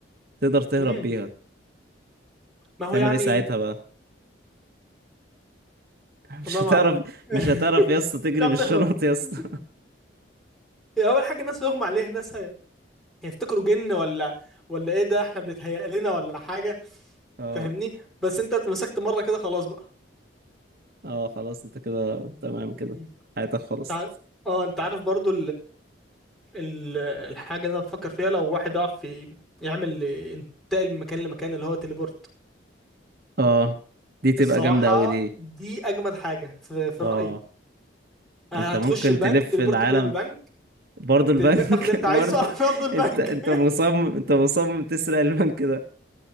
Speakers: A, on the right; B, in the centre.
A: تقدر تهرب
B: امم
A: بيها
B: ما هو
A: تعمل
B: يعني
A: ايه ساعتها بقى <laughs> مش
B: والله
A: هتعرف
B: ما اعرف <laughs>
A: مش هتعرف
B: مش
A: يا اسطى تجري
B: هتعرف
A: بالشنط
B: تهرب
A: يا اسطى
B: <laughs> هي اول حاجه الناس بيغمى عليها الناس هي- هيفتكروا جن ولا ولا ايه ده احنا بنتهيأ لنا ولا حاجه
A: <laughs> اه
B: فاهمني بس انت اتمسكت مره كده خلاص بقى
A: اه خلاص انت كده تمام كده
B: مم.
A: حياتك خلصت
B: انت عارف اه انت عارف برضو ال- الحاجة اللي أنا بفكر فيها لو واحد يعرف ي- يعمل ينتقل من مكان لمكان اللي هو تليبورت
A: اه دي تبقى
B: الصراحة
A: جامدة أوي دي
B: دي أجمد حاجة في, في
A: اه
B: رأيي آه،
A: انت
B: هتخش
A: ممكن
B: البنك
A: تلف
B: تليبورت
A: العالم
B: جوه البنك
A: برضه البنك
B: ت- تس- تاخد اللي أنت
A: <laughs> برضه
B: عايزه <laughs> على أرض البنك
A: انت انت
B: <laughs>
A: مصمم انت مصمم تسرق البنك ده